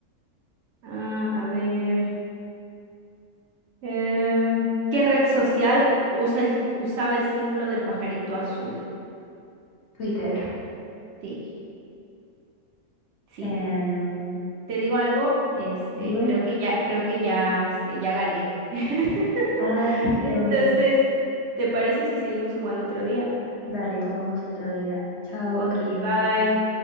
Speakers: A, on the right; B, on the left.
A: ah, a ver. em, ¿qué red social usa el- usaba el símbolo del pajarito azul?
B: Twitter.
A: Sí, sí.
B: Em,
A: Te digo algo, este,
B: dime.
A: creo que ya, creo que ya, este, ya gané. <laughs>
B: Ay, sí,
A: Entonces,
B: es verdad.
A: ¿te parece si seguimos jugando otro día?
B: Dale, jugamos otro día. Chao,
A: Ok,
B: que te vaya.
A: bye.
B: bien.